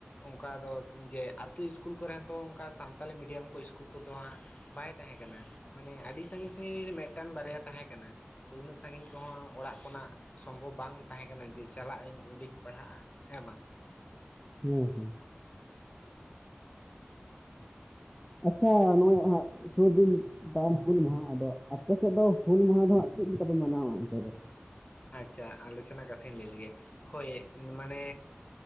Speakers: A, on the left (about 35°); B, in the centre.
A: ᱚᱸᱠᱟ ᱫᱚ ᱥᱮ ᱡᱮ ᱟᱸᱛᱩ ᱤᱥᱠᱩᱞ ᱠᱚᱨᱮ ᱦᱚᱸᱛᱚ ᱚᱸᱠᱟ ᱥᱟᱱᱛᱟᱞᱤ ᱢᱤᱰᱤᱭᱟᱢ ᱠᱚ ᱤᱥᱠᱩᱞ ᱠᱚᱫᱚ ᱦᱟᱸᱜ ᱵᱟᱭ ᱛᱟᱦᱮᱸ ᱠᱟᱱᱟ, ᱢᱟᱱᱮ ᱟᱹᱰᱤ ᱥᱟᱺᱜᱤᱧ ᱥᱟᱺᱜᱤᱧ ᱨᱤᱧ ᱢᱤᱫᱴᱟᱱ ᱵᱟᱨᱭᱟ ᱛᱟᱦᱮᱸ ᱠᱟᱱᱟ, ᱫᱚ ᱩᱱᱟᱹᱜ ᱥᱟᱺᱜᱤᱧ ᱠᱚᱦᱚᱸ ᱚᱲᱟᱜ ᱠᱷᱚᱱᱟᱜ ᱥᱚᱢᱵᱷᱚᱵ ᱵᱟᱝ ᱛᱟᱦᱮᱸ ᱠᱟᱱᱟ ᱡᱮ, ᱪᱟᱞᱟᱜ ᱟᱹᱧ ᱚᱸᱰᱤᱧ ᱯᱟᱲᱦᱟᱜᱼᱟ, ᱦᱮᱸ ᱵᱟᱝ?
B: ᱦᱩᱸ ᱦᱩᱸ᱾ ᱟᱪᱪᱷᱟ ᱱᱚᱜᱼᱚᱭ ᱦᱟᱸᱜ ᱥᱩᱨ ᱫᱤᱱ, ᱫᱟᱱ ᱦᱩᱞ ᱢᱟᱦᱟ ᱟᱫᱚ ᱟᱯᱮ ᱥᱮᱫ ᱫᱚ ᱦᱩᱞ ᱢᱟᱦᱟ ᱫᱚ ᱦᱟᱸᱜ ᱪᱮᱫ ᱞᱮᱠᱟ ᱯᱮ ᱢᱟᱱᱟᱣᱟ ᱚᱱᱛᱮ ᱫᱚ?
A: ᱟᱪᱪᱷᱟ, ᱟᱞᱮ ᱥᱮᱱᱟᱜ ᱠᱟᱛᱷᱟᱧ ᱞᱟᱹᱭ ᱞᱮᱜᱮ, ᱦᱳᱭ ᱢᱟᱱᱮ